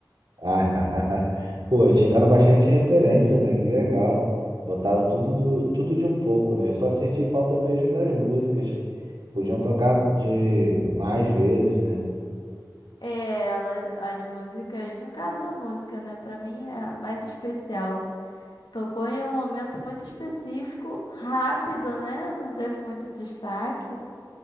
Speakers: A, on the right; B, on the left.
A: Ah, <laughs> pô, tiveram bastante referências, né? Que legal. Botaram tudo, do, tudo de um pouco, né? Eu só senti falta mesmo das músicas. Podiam tocar de mais vezes, né?
B: É, ela, as músicas, no caso a música, né, pra mim é a mais especial. Tocou em um momento muito específico, rápido, né? Não teve muito destaque.